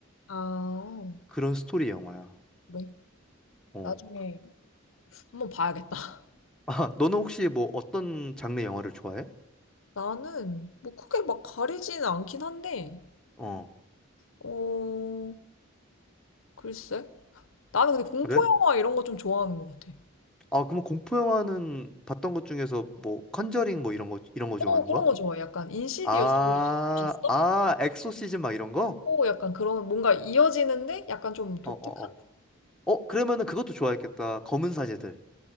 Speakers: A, on the left; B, in the centre.
A: 아,
B: 그런 스토리 영화야.
A: 그래.
B: 어.
A: 나중에 한번 봐야겠다. <laughs>
B: 아, 너는 혹시 뭐 어떤 장르 영화를 좋아해?
A: 나는 뭐 크게 막 가리지는 않긴 한데,
B: 어,
A: 어, 글쎄. 나는 근데 공포
B: 그래?
A: 영화 이런 거 좀 좋아하는 것 같아.
B: 아, 그럼 공포 영화는 봤던 것 중에서 뭐 컨저링 뭐 이런 거 이런 거
A: 어,
B: 좋아하는
A: 그런
B: 거야?
A: 거 좋아해. 약간 인시디어스
B: 아,
A: 봤어?
B: 아, 엑소시즘 막 이런 거?
A: 어, 약간 그런 뭔가 이어지는데 약간 좀 독특한?
B: 어, 어, 어. 어, 그러면은 그것도 좋아했겠다. 검은 사제들.